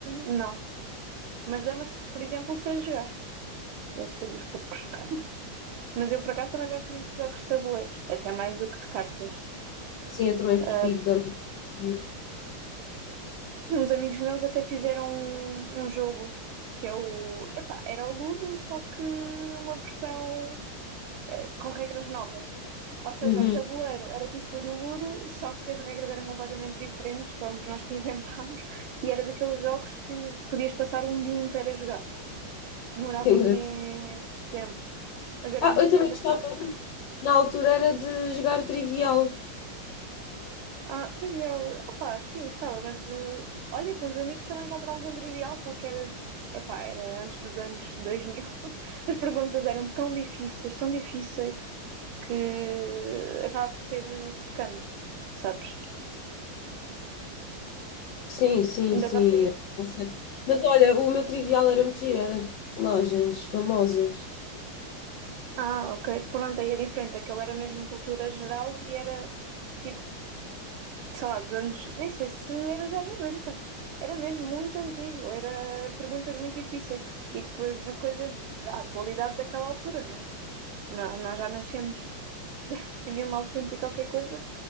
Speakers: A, on the right; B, on the left.
A: não. Mas damas, por exemplo, sei jogar. Deve ser dos poucos. <laughs> Mas eu, por acaso, também gosto muito de jogos de tabuleiros. Até mais do que de cartas.
B: Sim, eu também
A: Ah,
B: prefiro dama. Giro.
A: uns amigos meus até fizeram um, um jogo que é o. Epá, era o Ludo, só que uma versão. com regras novas. Ou seja,
B: Uhum.
A: o tabuleiro era tipo o do Ludo, só que as regras eram completamente diferentes, fomos nós que <laughs> inventámos, e era daqueles jogos que podias passar um dia inteiro a jogar. Demorava
B: Que engraçado.
A: imenso tempo, mas era
B: Ah,
A: muito
B: eu também
A: engraçado.
B: gostava muito. Na altura era de jogar trivial.
A: Ah, trivial. Opá, sim, gostava, mas eh, olha, com os amigos também comprámos um trivial, só que era, epá, era antes dos anos 2000. <laughs> As perguntas eram tão difíceis, tão difíceis, que acaba por ser eh, secante, sabes?
B: Sim, sim,
A: Ainda
B: sim.
A: estás aí.
B: eu tô certa. Mas olha, o meu trivial era muito giro, era de personagens famosas.
A: Ah, ok. Pronto, aí é diferente. Aquilo era mesmo cultura geral e era tipo, sei lá, dos anos. Nem sei se era já noventa Era mesmo muito antigo. Era perguntas muito difíceis. E depois de coisas da atualidade daquela altura, né? Nó- Nós já nascemos em 1900 e qualquer coisa.